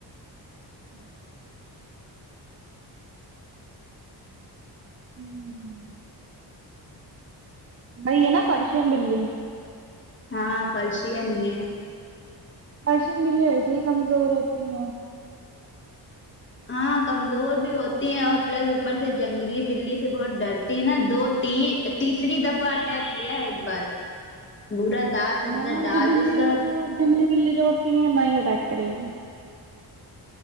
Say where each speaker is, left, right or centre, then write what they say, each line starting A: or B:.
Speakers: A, on the right; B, on the left.
A: ہوں ہممم وہی ہے نا پرشین بلی
B: ہاں پرشین ہے
A: برشین بلی ایسے ہی کمزور ہوتی ہیں
B: ہاں کمزور بھی ہوتی ہے اور پلس اوپر سے جنگلی بلی سے بہت ڈرتی ہے نا دو تین تیسری دفعہ اٹیک کیا ہے ایک بار با دانت اندر
A: مرد
B: ڈال
A: بلی
B: دے سب
A: بہت جنگلی بلی جوڑتی ہے نہ ہی اٹیک کرے گی